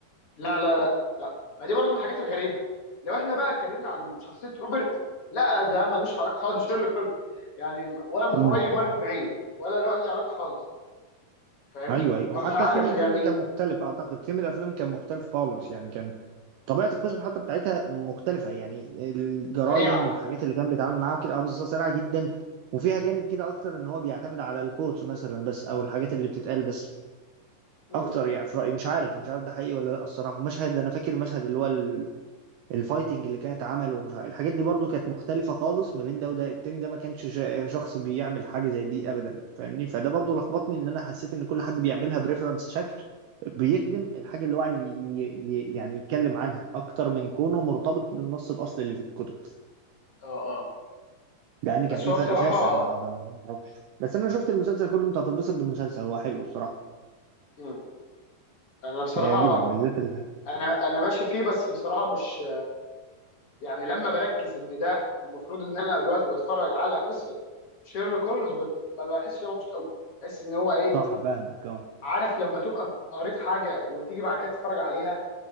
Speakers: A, on the left (about 55°); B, on the right (about 80°).
A: لا لا لا لا ما دي برضو من الحاجات الغريبه لو احنا بقى اتكلمنا عن شخصيه روبرت لا ده ملوش علاقه خالص <laughs> بشيرلوك هولمز يعني ولا من
B: امم
A: قريب ولا من بعيد ولا له اي علاقه خالص فاهمني
B: ايوه ايوه
A: فمش
B: هو حتى
A: عارف
B: ثيم الفيلم
A: يعني
B: كان مختلف اعتقد ثيم الافلام كان مختلف خالص يعني كان طبيعه القصه حتى بتاعتها مختلفه يعني الجرايم
A: سريعه
B: والحاجات اللي كان بيتعامل معاها وكده اه بالظبط سريعه جدا وفيها جانب كده اكتر ان هو بيعتمد على الكوتس مثلا بس او الحاجات اللي بتتقال بس
A: امم
B: اكتر يعني في رايي مش عارف مش عارف ده حقيقي ولا لا الصراحه مشهد انا فاكر المشهد اللي هو الفايتنج اللي كانت عمله ومش عارف الحاجات دي برضو كانت مختلفة خالص ما بين ده وده التاني ده ما كانش شا- شخص بيعمل حاجة زي دي ابدا فاهمني فده برضو لخبطني ان انا حسيت ان كل حد بيعملها بريفرنس شكل بيخدم الحاجة اللي هو عايز ي- ي- يعني يتكلم عنها اكتر من كونه مرتبط بالنص الاصلي اللي في الكتب
A: اه اه
B: لان كان
A: بس
B: في
A: هو
B: فرق
A: بصراحه
B: شاسع مع ده ما اعرفش بس انا شفت المسلسل كله انت هتتبسط بالمسلسل هو حلو الصراحة
A: امم انا بصراحه
B: هيعجبك بالذات ال-
A: انا انا ماشي فيه بس بصراحه مش يعني لما بركز ان ده المفروض ان انا دلوقتي بتفرج على قصه شيرلوك هولمز بت- ما بحسش ان انا مبسوط قوي بحس ان هو ايه
B: صح فاهمك اه
A: عارف لما تبقى قريت حاجه وتيجي بعد كده تتفرج عليها